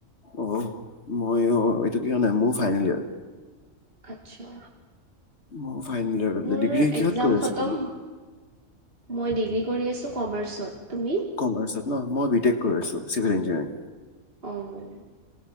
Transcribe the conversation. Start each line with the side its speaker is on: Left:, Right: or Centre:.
Left: অঁ মই অ এইটো ক নাই মোৰ ফাইনেল ইয়াৰ।
Right: আচ্ছা
Left: অ ফাইনেল হয়
Right: মোৰ
Left: । ডিগ্ৰী কিহত
Right: এক্জাম
Left: কৰি আছা
Right: খতম
Left: তুমি?
Right: মই ডিগ্ৰী কৰি আছোঁ কমাৰ্চত। তুমি?
Left: কমাৰ্চত ন মই বিটেক কৰি আছোঁ চিভিল ইঞ্জিনিয়াৰিং।
Right: উম।